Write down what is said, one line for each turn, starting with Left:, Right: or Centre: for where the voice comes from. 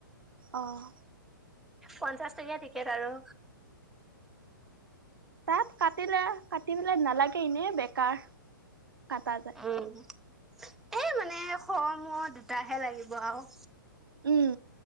Right: অ'।
Centre: পঞ্চাশ টকীয়া টিকেট আৰু।
Right: তাত কাটিলে কাটি পেলাই নালাগে এনে বেকাৰ। কটা যায়
Centre: উম। এ মানে, <unintelligible> দুটাহে লাগিব আৰু।
Right: উম